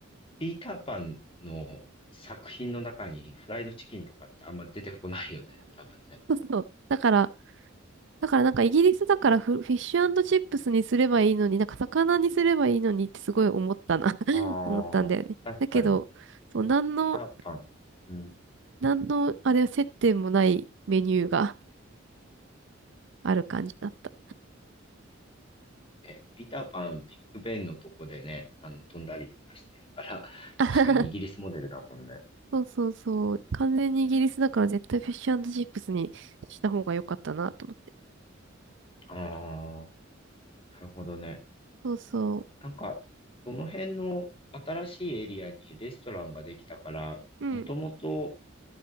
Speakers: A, on the left; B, on the right.
A: ピーターパンの作品の中にフライドチキンとかってあんま出てこないよね、多分ね。
B: そうそう。だから、だからなんかイギリスだからフ、フィッシュチップスにすればいいのに、なんか魚にすればいいのにってすごい思ったな <laughs>
A: ああ、
B: 思ったんだよね。
A: 確かに。
B: だけど、そう、
A: ピーターパン。
B: なんの、
A: うん。
B: なんの、あれ、接点もないメニューがある感じだった。
A: え、ピーターパン、ビッグベンのとこでね、あの、飛んだりとかしてるから、
B: <laughs>
A: 確かにイギリスモデルだもんね。
B: そうそうそう。完全にイギリスだから絶対フィッシュチップスにした方が良かったなと思って。
A: ああ、なるほどね。
B: そうそ
A: なんか、その辺の新しいエリアにレストランができたから、
B: う。うん。
A: もともと